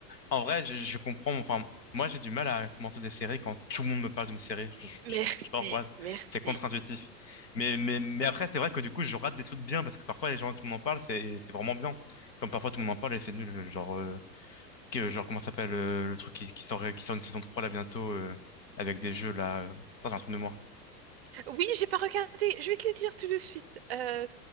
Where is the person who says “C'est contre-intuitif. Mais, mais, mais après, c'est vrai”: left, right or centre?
Left